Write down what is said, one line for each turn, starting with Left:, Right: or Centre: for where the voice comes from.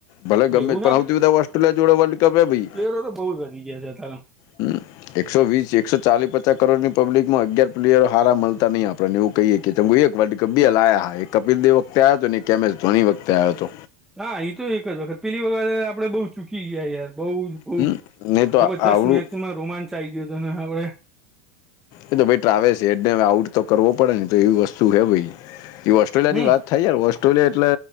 Left: ભલે
Centre: એટલે
Left: ગમે
Centre: એવું
Left: પણ બધા ઓસ્ટ્રેલિયા જોડે વર્લ્ડ. કમે બી!
Centre: ફ્લેરો તો બહુ જ વધી ગયા છે, અ તાર.
Left: હમ.. એકસો વીસ એકસો ચાલી પચાસ કરોડની પબલિક માં અગયાર પ્લેયરો હારા મળતા નહીં આપણને એવું કહીએ. કે ચંગું એક વલ્ડ કપ બી હલાયા હ એ કપિલ દેવ વખતે આવ્યો હતો ને એક એમ એસ ધોની વખતે આવ્યો હતો.
Centre: હા એ તો એક જ વખત પેલી વખત આપડે બહુ ચૂકી ગયા યાર. બહુ જ બહ
Left: હમ નહીં તો
Centre: જબરજસ્ત
Left: આવડું
Centre: મેચમાં રોમાંચ આ આવી ગયો હતો અને આપડે..
Left: એ તો ભાઈ ટ્રાવેલ્સ એેડને આઉટ તો કરવો પડે ને તો એવી વસ્તુ હે ભાઈ એવી ઓસ્ટ્રેલિયાની
Centre: હમ
Left: વાત.. હાય યાર ઓસ્ટ્રેલિયા એટલે